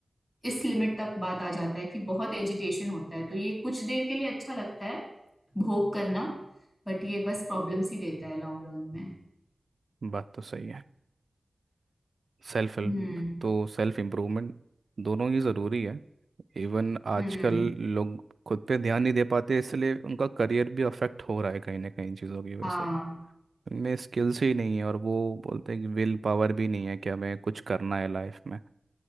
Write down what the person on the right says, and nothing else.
बात तो सही है सेल्फ हेल्प
तो सेल्फ इम्प्रूवमेंट दोनों ही ज़रूरी है इवन आजकल
लोग खुद पे ध्यान नहीं दे पाते इसलिए उनका करियर भी अफेक्ट हो रहा है कहीं ना कहीं इन चीज़ों की वजह
से उनमें स्किल्स ही नहीं है और वो बोलते हैं कि विल पावर भी नहीं है कि हमें कुछ करना है लाइफ में